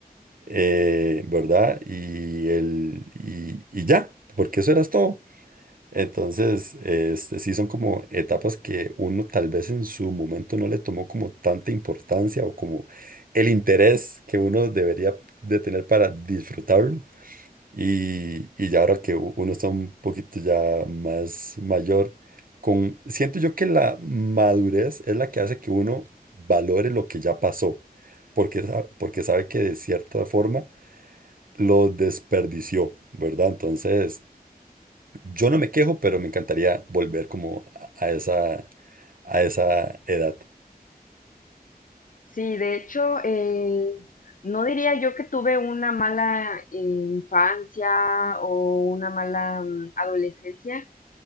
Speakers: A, on the right (about 60°); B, on the left (about 55°).
A: eh, ¿verdad? Y, el, y, y ya, porque eso eras todo. Entonces, este, sí son como etapas que uno tal vez en su momento no le tomó como tanta importancia o como el interés que uno debería de tener para disfrutarlo. Y, y ya ahora que u- uno está un poquito ya más mayor, con, siento yo que la madurez es la que hace que uno valore lo que ya pasó, porque, sa- porque sabe que de cierta forma lo desperdició, ¿verdad? Entonces, yo no me quejo, pero me encantaría volver como a, a esa, a esa edad.
B: Sí, de hecho, eh, no diría yo que tuve una mala eh, infancia o una mala mm, adolescencia,